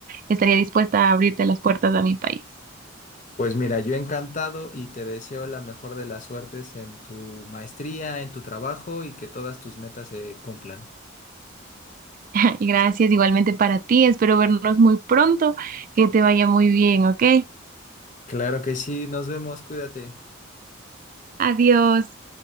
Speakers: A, on the right; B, on the left.
A: estaría dispuesta a abrirte las puertas a mi país.
B: Pues mira, yo encantado y te deseo la mejor de las suertes en tu maestría, en tu trabajo y que todas tus metas se cumplan.
A: <laughs> Y gracias igualmente para ti. Espero vernos muy pronto. Que te vaya muy bien, ¿ok?
B: Claro que sí, nos vemos, cuídate.
A: Adiós.